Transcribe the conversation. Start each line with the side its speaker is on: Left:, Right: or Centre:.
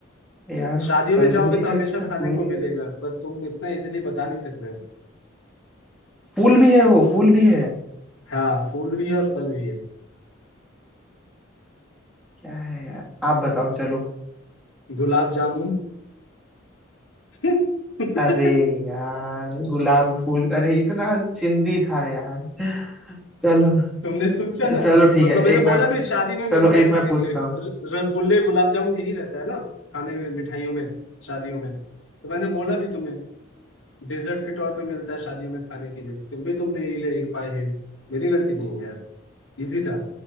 Centre: यार
Left: शादियों
Centre: फल
Left: में जाओगे
Centre: भी
Left: तो हमेशा
Centre: रहता है
Left: खाने
Centre: फूल
Left: को
Centre: भी
Left: मिलेगा
Centre: रहता है
Left: पर तुम इतना इजीली बता नहीं सक रहे हो
Centre: फूल भी है वो फूल भी है
Left: हाँ फूल भी है और फल भी है
Centre: क्या है यार आप बताओ चलो
Left: गुलाब जामुन <laughs>
Centre: अरे यार गुलाब फूल अरे इतना चिंदी था यार चलो
Left: तुमने सोचा ना
Centre: चलो ठीक
Left: मतलब
Centre: है
Left: मैंने
Centre: एक
Left: बोला
Centre: मैं
Left: भी शादी में मिलता
Centre: चलो
Left: है
Centre: एक
Left: खाने
Centre: मैं पूछता
Left: के लिए
Centre: हूँ
Left: र- रसगुल्ले गुलाब जामुन यही रहता है ना खाने में मिठाइयों में शादियों में तो मैंने बोला भी तुम्हें डेजर्ट के तौर पे मिलता है शादियों में खाने के लिए फिर भी तुम नहीं ले पाए हिंट मेरी गलती नहीं है यार इजी था